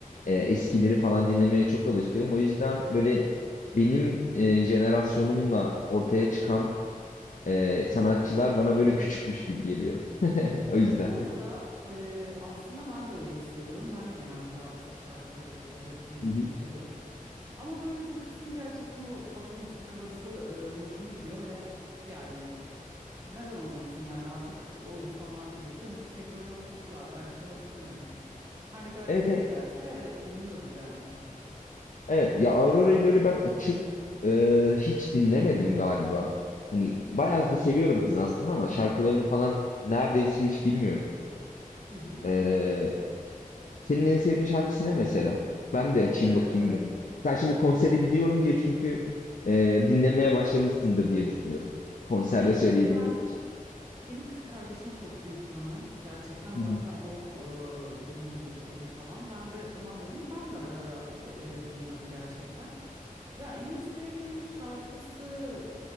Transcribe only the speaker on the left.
e, eskileri falan dinlemeye çok alışığım. O yüzden böyle benim e, jenerasyonumla ortaya çıkan e, sanatçılar bana böyle küçükmüş gibi geliyor. <laughs> O
yüzden.
Hı hı.
Evet,
evet.
Evet ya Aurora'yı böyle ben açıp e, hiç dinlemedim galiba. Hani bayağı
da seviyorum kız aslında ama şarkılarını falan neredeyse hiç bilmiyorum.
E, senin en sevdiğin şarkısı ne mesela? Ben de açayım
bakayım biraz. Sen şimdi konsere gidiyorum diye çünkü e, dinlemeye başlamışsındır diye düşünüyorum. Konserde
söyleyebilmek.
Hı hı.